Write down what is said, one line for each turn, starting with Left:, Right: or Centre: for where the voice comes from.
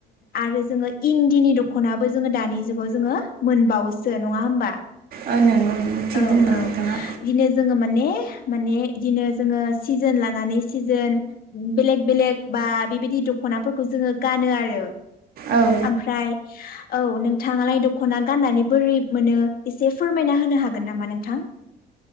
Left: आरो जोङो इन्दिनि दख'नाबो जोङो दानि जुगाव जोङो मोनबावोसो नङा होमबा?
Right: ओ नंगौ नों थिग
Left: औ
Right: बुंदों
Left: औ
Right: नोंथाङा
Left: बिदिनो जोङो माने माने बिदिनो जोङो सिजोन लानानै सिजोन बेलेग बेलेग बा बेबायदि दखनाफोरखौ जोङो गानो आरो।
Right: औ ओ
Left: ओमफ्राय औ नोंथाङालाय दख'ना गाननानै बोरै मोनो एसे फोरमायना होनो हागोन नामा नोंथां?